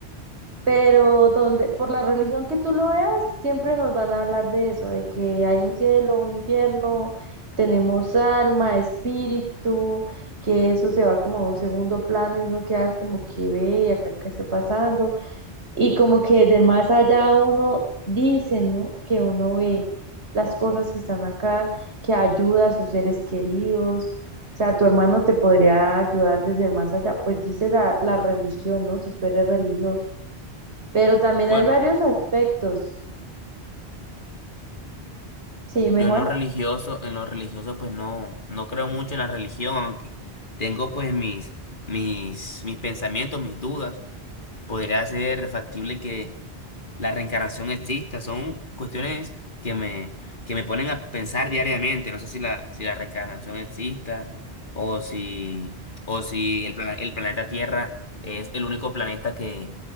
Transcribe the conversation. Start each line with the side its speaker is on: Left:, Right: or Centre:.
Right: pero donde, por la religión que tú lo veas, siempre nos van a hablar de eso, de que hay un cielo, un infierno, tenemos alma, espíritu, que eso se va como a un segundo plano y uno queda como que ve y acá qué está pasando, y como que del más allá uno dice, ¿no? Que uno ve las cosas que están acá, que ayuda a sus seres queridos. O sea, tu hermano te podría ayudar desde el más allá, pues dice la, la religión, ¿no? Si tú eres religioso. Pero también
Left: Bueno.
Right: hay varios aspectos. Sí, dime,
Left: Yo
Right: Juan.
Left: en lo religioso, en lo religioso pues no, no creo mucho en la religión, aunque tengo pues mis, mis, mis pensamientos, mis dudas. Podría ser factible que la reencarnación exista, son cuestiones que me, que me ponen a pensar diariamente. No sé si la, si la reencarnación exista o si, o si el, plana- el planeta Tierra es el único planeta que,